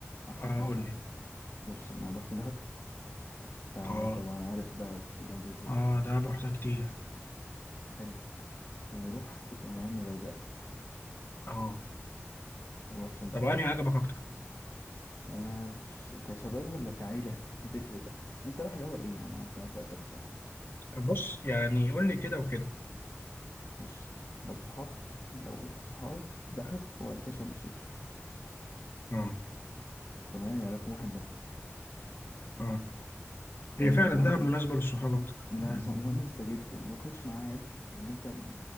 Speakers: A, on the left; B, on the left.
A: احسن
B: اه
A: حاجه
B: قول
A: كانت
B: لي
A: ايه بص انا رحت دهب آه،
B: اه
A: طبعا عارف دهب جامده ازاي
B: اه ده رحتها كتير
A: حلو ورحت كمان غردقه
B: اه
A: ورحت شرم الشيخ
B: طب انهي عجبك اكتر
A: انا بص كشباب ولا كعيله هتفرق بقى انت رايح الاول ايه ما انا ما انت ما سالتك صحيح
B: بص يعني قول لي كده وكده
A: بص لو صحاب لو صحاب دهب وبعد كده شرم الشيخ
B: اه
A: تمام يعني رقم واحد دهب
B: اه
A: آه
B: هي فعلا
A: عيله
B: دهب مناسبه للصحاب
A: مم.
B: اكتر
A: لا
B: يعني
A: صعب مناسبة جدا وما تاخدش معاها عيلتك لأن أنت م-